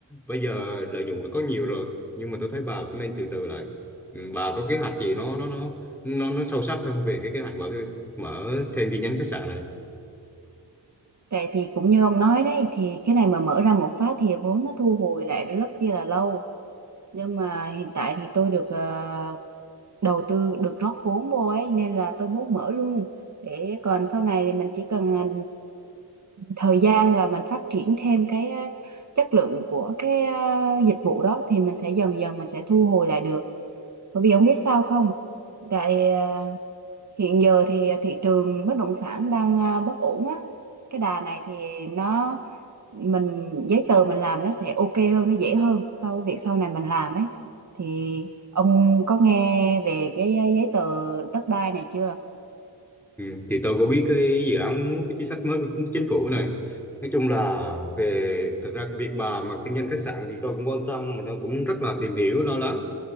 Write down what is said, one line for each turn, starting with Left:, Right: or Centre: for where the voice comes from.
Centre: bây giờ lợi nhuận đã có nhiều rồi nhưng mà tôi thấy bà cũng nên từ từ lại Ừ, bà có kế hoạch gì nó nó nó nó nó sâu sắc hơn về cái kế hoạch mở cái, mở thêm chi nhánh khách sạn này
Right: Tại thì cũng như ông nói đấy thì cái này mà mở ra một phát thì vốn nó thu hồi lại rất chi là lâu nhưng mà hiện tại thì tôi được ờ, đầu tư được rót vốn vô ấy nên là tôi muốn mở luôn để còn sau này thì mình chỉ cần à, thời gian và mình phát triển thêm cái à, chất lượng của cái à, dịch vụ đó thì mình sẽ dần dần mình sẽ thu hồi lại được bởi vì ông biết sao không tại à, hiện giờ thì thị trường bất động sản đang à, bất ổn á cái đà này thì nó mình giấy tờ mình làm nó sẽ ok hơn nó dễ hơn so với việc sau này mình làm ấy thì ông có nghe về cái giấy tờ đất đai này chưa
Centre: ừ, thì tôi có biết cái dự án cái chính sách mới của chính, chính phủ này nói chung là về thật ra cái việc bà mà kinh doanh khách sạn thì tôi cũng quan tâm mà tôi cũng rất là tìm hiểu lo lắng